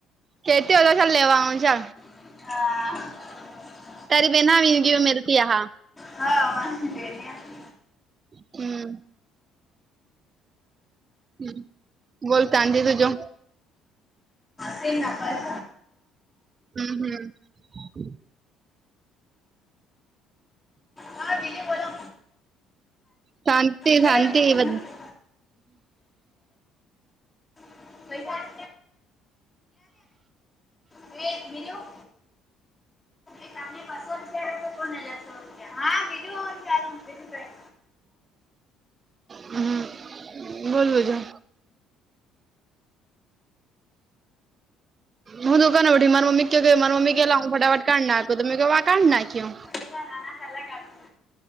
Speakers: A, on the right; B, on the left.
A: ખટતી હો તો સર લેવા આવંશે.
B: હા.
A: તરી બેના આવી ગી મલતી હા.
B: હા વાેન.
A: હમ. હ બોલતાજ તું જો.
B: તે ના પાસ.
A: હમ હમ.
B: હા બીજું બોલો.
A: શાંતિ
B: બે
A: શાંતિ
B: પૈસા નહીં
A: બ.
B: પસાલ્યા ને બીજું. એલી બસર ખ તો કોણ એસોર. હા બીજું હો ચાલ બીજું કાઈ.
A: હમ બોલ બ છ. હું દું ક નવી મા મમ્મી કે ક મારા મમ્મી કેલા હ ફટાટાઢનાખ તો કે કઢ ના કેવું
B: પેલા નાના અલગ આપે